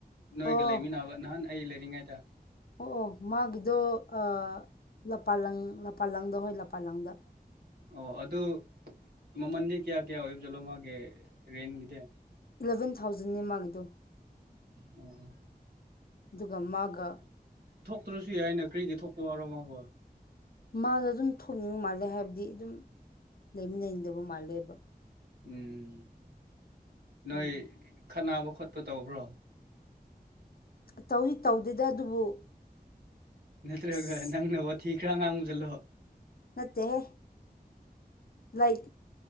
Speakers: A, on the right; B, on the left.
A: ꯅꯣꯏꯒ
B: ꯑꯣ
A: ꯂꯩꯃꯤꯟꯅꯕ ꯅꯍꯥꯟ ꯑꯩ ꯂꯩꯔꯤꯉꯩꯗ
B: ꯑꯣ ꯑꯣ ꯃꯥꯒꯤꯗꯣ ꯑꯥ ꯂꯄꯥ ꯂꯪ ꯂꯄꯥ ꯂꯥꯡꯗ ꯍꯣꯏ ꯂꯄꯥ ꯂꯥꯡꯗ
A: ꯑꯣ ꯑꯗꯨ ꯃꯃꯟꯗꯤ ꯀꯌꯥ ꯀꯌꯥ ꯑꯣꯏꯕ ꯖꯥꯠꯂꯣ ꯃꯥꯒꯤꯗꯤ ꯔꯦꯟꯒꯤꯗꯤ
B: ꯏꯂꯚꯦꯟ ꯊꯥꯎꯖꯟꯅꯦ ꯃꯥꯒꯤꯗꯣ
A: ꯑꯣ
B: ꯑꯗꯨꯒ ꯃꯥꯒ
A: ꯊꯣꯛꯇ꯭ꯔꯁꯨ ꯌꯥꯏꯅ ꯀꯔꯤꯒꯤ ꯊꯣꯛꯄ ꯋꯥꯔꯣ ꯃꯥꯕꯣ
B: ꯃꯥꯅ ꯑꯗꯨꯝ ꯊꯣꯛꯅꯤꯡꯕ ꯃꯥꯜꯂꯦ ꯍꯥꯏꯕꯗꯤ ꯑꯗꯨꯝ ꯂꯩꯃꯤꯟꯅꯅꯤꯡꯗꯕ ꯃꯥꯜꯂꯦꯕ
A: ꯎꯝ ꯅꯣꯏ
B: ꯑꯗꯨꯒꯤ
A: ꯈꯠꯅꯕ ꯈꯣꯠꯄ ꯇꯧꯕ꯭ꯔꯣ
B: ꯇꯧꯏ ꯇꯧꯗꯦꯗ ꯑꯗꯨꯕꯨ
A: ꯅꯠꯇ꯭ꯔꯒ
B: ꯑꯁ
A: ꯅꯪꯅ ꯋꯥꯊꯤ ꯈꯔ ꯉꯥꯡꯕ ꯆꯠꯂꯣ
B: ꯅꯠꯇꯦꯍꯦ ꯂꯥꯏꯛ